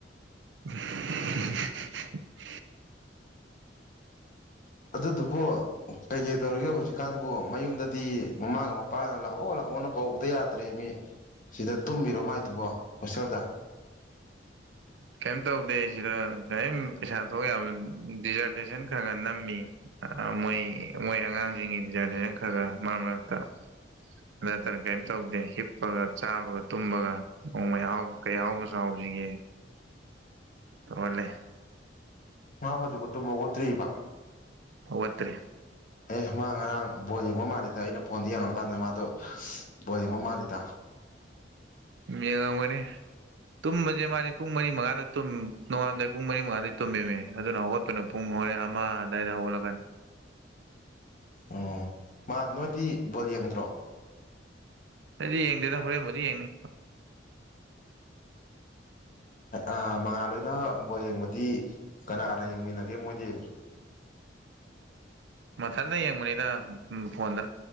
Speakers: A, on the right; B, on the left.
A: <unintelligible>
B: ꯑꯗꯨꯗꯨꯕꯨ ꯀꯩ ꯀꯩ ꯇꯧꯔꯤꯒꯦ ꯍꯧꯖꯤꯛꯀꯥꯟꯕꯨ ꯃꯌꯨꯝꯗꯗꯤ ꯃꯃꯥꯒ ꯄꯥꯅ ꯂꯥꯛꯑꯣ ꯂꯥꯛꯑꯣꯅ ꯀꯧꯕꯗ ꯌꯥꯗ꯭ꯔꯦ ꯃꯤ ꯁꯤꯗ ꯇꯨꯝꯃꯤꯔꯣ ꯃꯥꯏꯗꯨꯕꯣ ꯍꯣꯁꯇꯦꯜꯗ
A: ꯀꯩꯝ ꯇꯧꯗꯦ ꯁꯤꯗ ꯀ ꯄꯩꯁꯥ ꯊꯣꯛ ꯌꯥꯕ ꯗꯤꯖꯔꯇꯦꯁꯟ ꯈꯔ ꯈꯔ ꯅꯝꯃꯤ ꯃꯣꯏ ꯃꯣꯏ ꯑꯉꯥꯡꯁꯤꯡꯒꯤ ꯗꯤꯖꯥꯔꯚꯦꯁꯟ ꯈꯔ ꯈꯔ ꯃꯔꯛ ꯃꯔꯛꯇ ꯅꯠꯇꯅ ꯀꯩꯝꯇ ꯇꯧꯗꯦꯞ ꯀꯞꯄꯒ ꯆꯥꯕꯒ ꯇꯨꯝꯕꯒ ꯅꯣꯡꯃꯩ ꯑꯍꯥꯎꯕ ꯀꯩ ꯑꯍꯥꯎꯕꯁꯨ ꯍꯥꯎꯁꯤꯒꯦ ꯇꯔꯂꯦ
B: ꯃꯥ ꯍꯧꯖꯤꯛꯕꯨꯠꯇꯨꯝꯕ ꯑꯣꯠꯇ꯭ꯔꯤꯔꯤꯕꯕ
A: ꯍꯠꯇꯔꯤ
B: ꯑꯦ ꯃꯥ ꯉꯔꯥꯡ ꯕꯣꯜ ꯌꯦꯡꯕ ꯃꯥꯜꯂꯤꯗ ꯑꯩꯅ ꯐꯣꯟꯗ ꯌꯦꯡꯉꯀꯥꯟꯗ ꯃꯥꯗꯣ ꯕꯣꯜ ꯌꯦꯡꯕ ꯃꯥꯜꯂꯤꯗ
A: ꯌꯦꯡꯉꯝꯒꯅꯤ ꯇꯨꯝꯕꯁꯦ ꯃꯥꯗꯤ ꯄꯨꯡ ꯃꯔꯤ ꯃꯉꯥꯗ ꯇꯨꯝ ꯅꯣꯡꯉꯜ ꯄꯨꯡ ꯃꯔꯤ ꯃꯉꯥꯗ ꯇꯨꯝꯃꯤꯃꯦ ꯑꯗꯨꯅ ꯍꯧꯒꯠꯄꯅ ꯄꯨꯡ ꯍꯣꯔꯦ ꯑꯃ ꯑꯗꯨꯋꯥꯏꯗ ꯍꯧꯒꯠꯂꯛꯀꯅꯤ <unintelligible>
B: ꯑꯣ ꯃꯥ ꯅꯣꯏꯗꯤ ꯕꯣꯜ ꯌꯦꯡꯗ꯭ꯔꯣ
A: ꯑꯩꯗꯤ ꯌꯦꯡꯗꯦꯗ ꯍꯣꯔꯦꯟꯕꯨꯗꯤ ꯌꯦꯡꯅꯤ
B: ꯑꯥ ꯃꯉꯥꯜ ꯂꯣꯏꯅ ꯕꯣꯜ ꯌꯦꯡꯕꯗꯤ ꯀꯅꯥ ꯀꯅꯥ ꯌꯦꯡꯃꯤꯟꯅꯒꯦ ꯃꯣꯏꯗꯤ
A: ꯃꯊꯟꯇ ꯌꯦꯡꯕꯅꯤꯗ ꯎꯝ ꯐꯣꯟꯗ